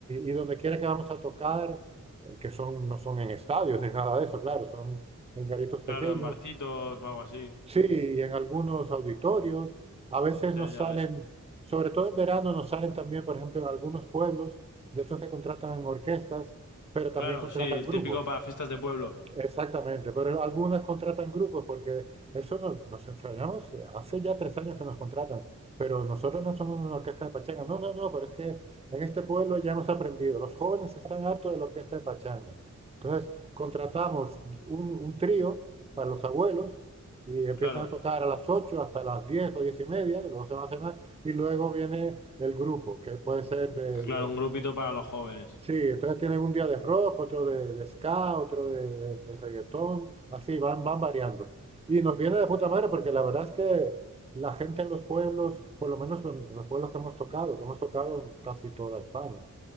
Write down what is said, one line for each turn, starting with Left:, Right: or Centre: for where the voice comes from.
Right: y donde quiera que vamos a tocar, eh, que son, no son en estadios ni nada de eso, claro, son en garitos
Left: Claro,
Right: pequeños,
Left: en barcitos o algo así.
Right: sí, y en algunos auditorios. A veces
Left: Hostia,
Right: nos
Left: ya
Right: salen,
Left: ves.
Right: sobre todo en verano, nos salen también, por ejemplo, en algunos pueblos, de esos que contratan orquestas, pero también
Left: Claro,
Right: contratan
Left: sí, el
Right: grupos.
Left: típico para fiestas de pueblo.
Right: Exactamente, pero algunas contratan grupos porque eso no- nos extrañamos, eh, hace ya tres años que nos contratan, pero nosotros no somos una orquesta de pachanga, no, no, no, pero es que en este pueblo ya hemos aprendido, los jóvenes están hartos de la orquesta de pachanga. Entonces contratamos un, un trío para los abuelos y empiezan
Left: Claro,
Right: a tocar a las 8 hasta las 10 o 10 y media, y luego se van a cenar, y luego viene el grupo, que puede ser de,
Left: claro,
Right: de
Left: un grupito para los jóvenes.
Right: Sí, entonces tienen un día de rock, otro de, de ska, otro de, de- de reggaetón, así van, van variando. Y nos viene de puta madre porque la verdad es que la gente en los pueblos, por lo menos en los pueblos que hemos tocado, que hemos tocado en casi toda España,